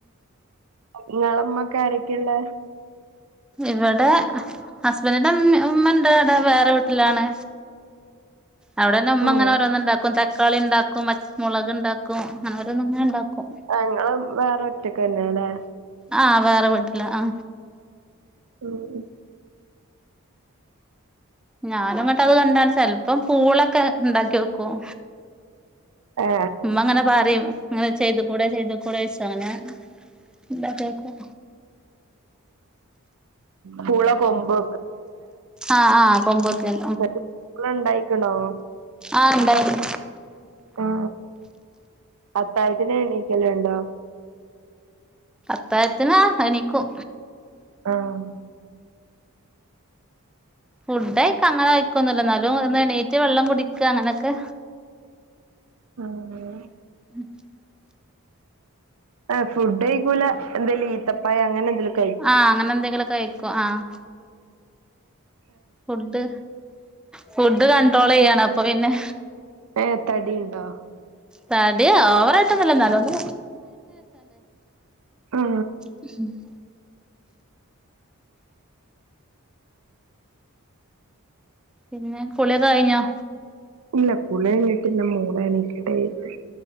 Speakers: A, on the right (about 75°); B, in the centre.
A: ങ്ങളെ മ്മക്ക് ആരൊക്കെള്ളെ
B: ഇവിടെ ഹസ്ബന്റിന്റെ മ്മ ഉമ്മണ്ടടെ വേറെ വീട്ടിലാണ് അവിടെന്ന ഉമ്മ
A: ഉം
B: അങ്ങനെ ഓരോന്ന് ഉണ്ടാക്കും തക്കാളി ഉണ്ടാക്കും പച് മുളക് ഉണ്ടാക്കും അങ്ങനെ ഓരോന്ന ങ്ങനെ ഉണ്ടാക്കും
A: ആ ങ്ങള് വേറെ ഒറ്റക്ക് തന്നെ ലേ
B: ആ വേറെ വീട്ടില ആ
A: ഉം
B: ഞാനുങ്ങ്ട്ട് അത് കണ്ടാണ്ട് ചെൽപ്പം പൂളൊക്കെണ്ടാക്കി ഓക്കും
A: ഏ
B: ഉമ്മ ഇങ്ങനെ പറിം ങ്ങനെ ചെയ്ത് കൂടെ ചെയ്ത് കൂടെച്ചു അങ്ങനെ ണ്ടാക്കിഓക്കും
A: പൂള കൊമ്പ്
B: ആഹ്
A: <unintelligible>
B: ആഹ് കൊമ്പോത്തിയൽ
A: ഇണ്ടായ്ക്ക്ണോ
B: ആ ണ്ടായ്നു
A: ആ അത്താഴത്തിനെണീക്കല്ണ്ടോ?
B: അത്തായത്ത്ന് ആ എണീക്കും
A: ആഹ്
B: ഫുഡ്ഡായ്ക് അങ്ങനയ്ക്കൊന്നുല്ല ന്നാലും ഒന്ന് എണീറ്റ് വെള്ളം കുടിക്ക അങ്ങനൊക്കെ
A: ആഹാ
B: <unintelligible>
A: ആഹാ ഫുഡ്ഡയിക്കൂല എന്തേലും ഈത്തപ്പയ അങ്ങനെന്തേലും
B: ആഹാ അങ്ങന എന്തെങ്കിലൊക്കെ കയിക്കും ആഹ് ഫുഡ്ഡ് ഫുഡ്ഡ് കണ്ട്രോളെയ്യാണ് അപ്പൊ പിന്നെ
A: ഏഹ് തടീണ്ടോ?
B: തടി ഓവറായിട്ടൊന്നുല്ല ഇന്നലൊന്ന്
A: ആ
B: <unintelligible> പിന്നെ കുളിയൊക്കെ കയിഞ്ഞോ?
A: ഇല്ല കുളിയയ്ഞ്ഞിട്ട് ഇല്ല മോള് എണീക്കട്ടേ യെര്തി.